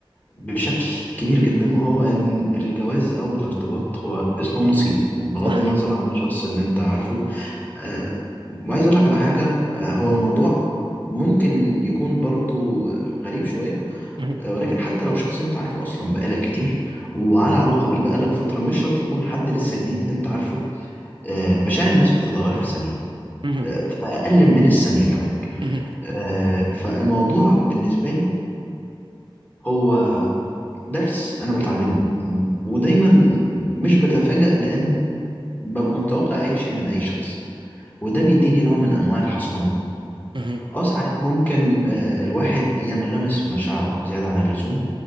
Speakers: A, on the left; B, on the right.
A: بشكل كبير جدا وهو ان الجواز او الارتباط هو اسمه نصيب بغض
B: صحيح
A: النظر عن الشخص اللي انت عارفه آه، وعايز اقول لك على حاجه آه، هو الموضوع ممكن يكون برضو غريب شويه
B: مهم.
A: ولكن حتى لو شخص انت عارفه اصلا بقالك كتير وعلى علاقه بيه بقالك فتره مش شرط يكون حد لسه جديد انت عارفه آه، مشاعر الناس بتتغير في ثانيه
B: مهم.
A: آه، في اقل من الثانيه كمان
B: مهم.
A: آه، فالموضوع بالنسبه لي هو درس انا بتعلمه م- ودايما مش بتفاجأ لان ببقى متوقع اي شيء من اي شخص وده بيديني نوع من انواع الحصانه
B: مهم.
A: اه ساعات ممكن آه، الواحد ينغمس في مشاعره زياده عن اللزوم